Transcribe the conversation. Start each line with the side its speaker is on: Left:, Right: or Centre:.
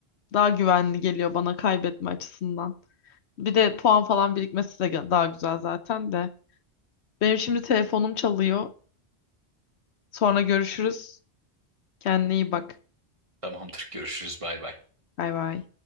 Left: daha güvenli geliyor bana kaybetme açısından. Bir de puan falan birikmesi de gö- daha güzel zaten de. Benim şimdi telefonum çalıyor. Sonra görüşürüz. Kendine iyi bak.
Right: Tamamdır görüşürüz bay bay.
Left: Bay bay.